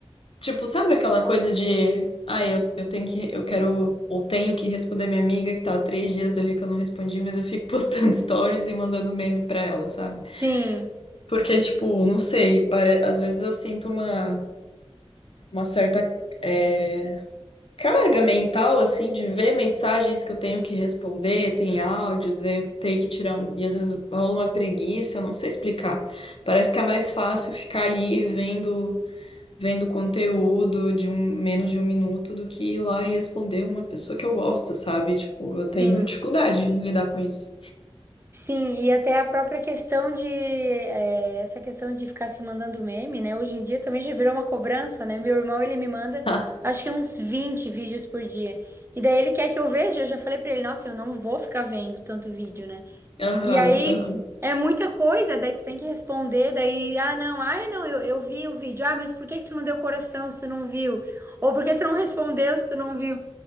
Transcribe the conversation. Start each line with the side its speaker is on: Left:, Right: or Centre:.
Left: tipo, sabe aquela coisa de, ah, eu, eu tenho que, eu quero, ou tenho que responder minha amiga que tá há três dias dali que eu não respondi, mas eu fico <laughs> postando stories e mandando meme pra ela, sabe?
Right: sim,
Left: Porque, tipo, não sei, pare... às vezes eu sinto uma, uma certa. eh, carga mental, assim, de ver mensagens que eu tenho que responder, tem áudios, eu tenho que tirar um... E às vezes rola uma preguiça, eu não sei explicar. Parece que é mais fácil ficar ali vendo, vendo conteúdo de um, menos de um minuto do que ir lá e responder uma pessoa que eu gosto, sabe? Tipo, eu tenho
Right: sim.
Left: dificuldade em lidar com isso.
Right: Sim, e até a própria questão de é, essa questão de ficar se mandando meme, né? Hoje em dia também já virou uma cobrança, né? Meu irmão, ele me manda
Left: <laughs>
Right: acho que uns 20 vídeos por dia. E daí ele quer que eu veja, eu já falei pra ele, nossa, eu não vou ficar vendo tanto vídeo, né?
Left: Aham,
Right: E aí
Left: aham.
Right: é muita coisa, daí tu tem que responder, daí, ah, não, ai, não, eu, eu vi o vídeo. Ah, mas por que que tu não deu coração se tu não viu? Ou por que tu não respondeu se tu não viu?